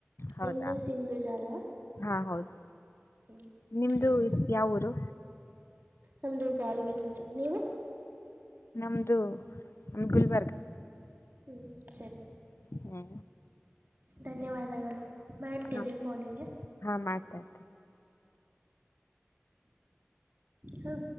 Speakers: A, on the left; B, on the right.
A: ಹೌದಾ
B: ನಿಮ ದಿವಸ ಇಂಧೂಜ ಅಲ್ವಾ
A: ಹಾ ಹೌದು
B: ಹ್ಞೂ
A: ನಿಮ್ದು
B: ಸರಿ
A: ಯಾವ ಊರು
B: ನಮ್ದು ಗರಿಬಿದೂರು ನೀವು
A: ನಮ್ದು ನಮ ಗುಲ್ಬರ್ಗ
B: ಹ್ಮ್ ಸರಿ
A: ಹಾ
B: ಧನ್ಯವಾದಗಳು ಮಾಡ್ತೀರಿ
A: ಹಾ
B: ಫೋನಗೆ
A: ಹಾ ಮಾಡ್ತಾರೆ.
B: ಹ